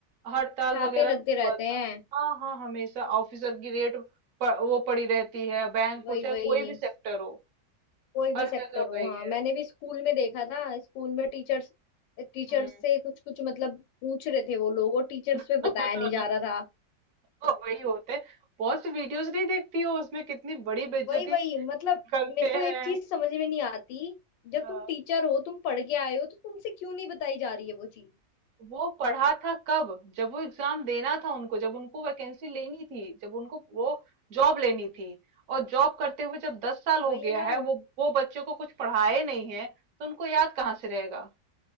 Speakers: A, on the right; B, on the left.
A: हड़ताल
B: छापे
A: वगैरह
B: लगते
A: हुआ
B: रहते
A: था
B: हैं
A: हाँ हाँ हमेशा ऑफिसर की रेट प, वो पड़ी रहती है बैंक
B: वही
A: हो चाहे
B: वही
A: कोई भी सेक्टर हो
B: कोई भी
A: हर
B: सेक्टर
A: जगह
B: हो
A: वही
B: हाँ
A: है
B: मैंने भी स्कूल में देखा था स्कूल में टीचर्स टीचर्स
A: हम्म
B: से कुछ कुछ मतलब पूछ रहे थे वो लोग और टीचर्स
A: <laughs>
B: पे बताया नहीं जा रहा था
A: वही होते हैं बहुत सी वीडियोस नहीं देखती हो उसमें कितनी बड़ी बेइज्जती
B: वही वही मतलब
A: करते
B: मेरे को
A: हैं
B: एक चीज समझ में नहीं आती जब
A: हाँ।
B: तुम टीचर हो तुम पढ़ के आए हो तो तुमसे क्यों नहीं बताई जा रही है वो चीज
A: वो पढ़ा था कब जब वो एग्जाम देना था उनको जब उनको वैकेंसी लेनी थी जब उनको वो जॉब लेनी थी और जॉब करते हुए जब दस साल हो
B: वही
A: गया
B: ना
A: है वो वो बच्चे को कुछ पढ़ाए नहीं है तो उनको याद कहाँ से रहेगा